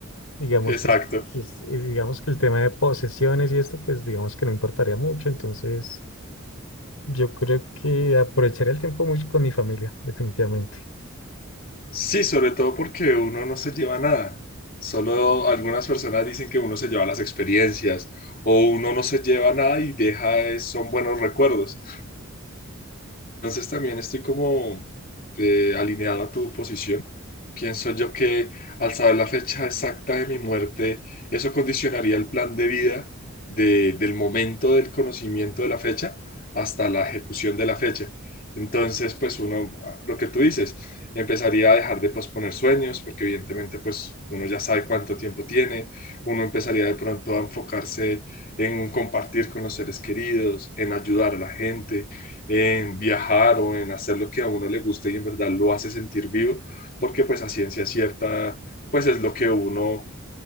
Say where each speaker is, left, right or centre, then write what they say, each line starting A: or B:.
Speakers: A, on the left; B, on the left.
A: digamos,
B: exacto.
A: pues es- eh, digamos que el tema de posesiones y esto, pues digamos que no importaría mucho, entonces... Yo creo que aprovecharé el tiempo mucho con mi familia, definitivamente.
B: Sí, sobre todo porque uno no se lleva nada. Solo algunas personas dicen que uno se lleva las experiencias o uno no se lleva nada y deja, es- son buenos recuerdos. Entonces también estoy como eh, alineado a tu posición. Pienso yo que al saber la fecha exacta de mi muerte, eso condicionaría el plan de vida de- del momento del conocimiento de la fecha hasta la ejecución de la fecha. Entonces, pues uno, ah, lo que tú dices, empezaría a dejar de posponer sueños, porque evidentemente pues uno ya sabe cuánto tiempo tiene, uno empezaría de pronto a enfocarse en compartir con los seres queridos, en ayudar a la gente en viajar o en hacer lo que a uno le guste y en verdad lo hace sentir vivo, porque pues a ciencia cierta, pues es lo que uno